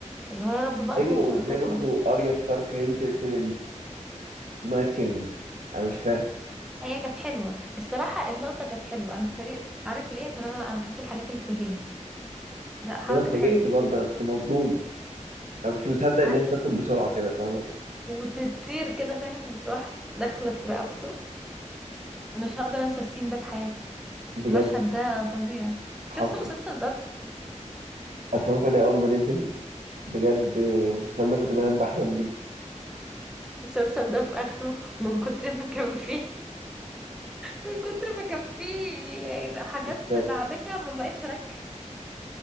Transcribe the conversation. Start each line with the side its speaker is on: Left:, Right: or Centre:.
Centre: اللي هو يا رب بقى
Right: ايوه
Centre: توصل تاخد
Right: زي برضو اريا ستارك هي اللي تقتل النايت كينج انا مش فاهم
Centre: هي كانت حلوه الصراحه اللقطه كانت حلوه انا اتفاجئت عارف ليه عشان انا انا بحب الحاجات اللي تفاجئني لا حركه
Right: وانا اتفاجئت
Centre: حلوه
Right: برضه انا كنت مصدوم انا مش مصدق ان
Centre: عارف
Right: هي اتكتب بسرعة كده فاهمة
Centre: وتطير كده فاهم وتروح داخله في رقبته مش هقدر انسى السين ده بحياتي
Right: بجد
Centre: المشهد ده فظيع
Right: حصل
Centre: شفت مسلسل ضرب
Right: اتفرجت عليه اول ما نزل بجد المسلسل ده كنت بنام بحلم
Centre: المسلسل ده في اخره من كتر ما كان فيه <laughs> من كتر ما كان فيه حاجات
Right: بيه
Centre: من لعبكه ما بقتش اركز